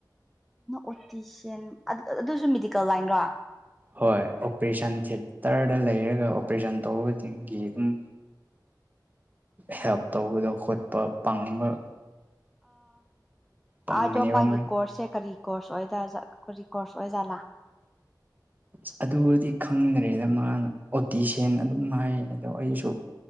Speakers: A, in the centre; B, on the right.
A: ꯑꯣꯇꯤꯁꯤꯟ ꯑꯗꯨꯁꯨ ꯃꯦꯗꯤꯀꯦꯜ ꯂꯥꯏꯟ꯭ꯔꯣ
B: ꯍꯣꯏ ꯑꯣꯄꯔꯦꯁꯟ ꯊꯦꯇꯔꯗ ꯂꯩꯔꯒ ꯑꯣꯄꯔꯦꯁꯟ ꯇꯧꯕꯗꯒꯤ ꯑꯗꯨꯝ ꯍꯦꯜꯞ ꯇꯧꯕꯗꯣ ꯍꯣꯠꯄ ꯄꯥꯡꯕ ꯄꯪꯕꯅꯦꯕ
A: ꯑꯗꯣ ꯃꯥꯒꯤ
B: ꯃꯣꯏ
A: ꯀꯣꯔꯁꯁꯦ ꯀꯔꯤ ꯀꯣꯔꯁ ꯑꯣꯏ ꯀꯔꯤ ꯀꯣꯔꯁ ꯑꯣꯏꯖꯥꯠꯂꯥ
B: ꯑꯁ ꯑꯗꯨꯕꯨꯗꯤ ꯈꯪꯗ꯭ꯔꯦꯗ ꯃꯥꯅ ꯑꯣꯇꯤ ꯁꯦꯟ ꯑꯗꯨꯝ ꯍꯥꯏꯔꯒ ꯑꯗꯣ ꯑꯩꯁꯨ